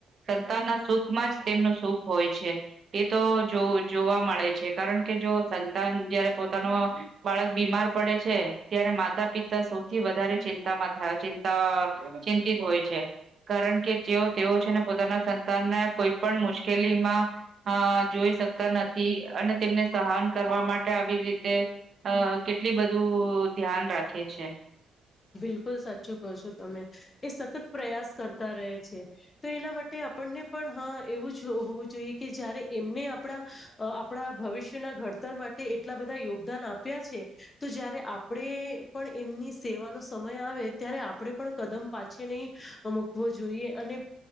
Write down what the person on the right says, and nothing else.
સંતાનના સુખ માં જ તેમનું સુખ હોય છે એ તો જો જોવા મળે છે કારણ કે જો સંતાન જયારે પોતાનું બાળક બીમાર પડે છે ત્યારે માતા પિતા સૌથી વધારે ચિંતામાં થ ચિંતા ચિંતિત હોય છે. કારણ કે જેઓ તેઓ છે ને પોતાના સંતાનને કોઈ પણ મુશ્કેલીમાં જોઈ શકતા નથી અને તેમને સહન કરવા માટે આવી રીતે અ કેટલી બધું ધ્યાન રાખે છે.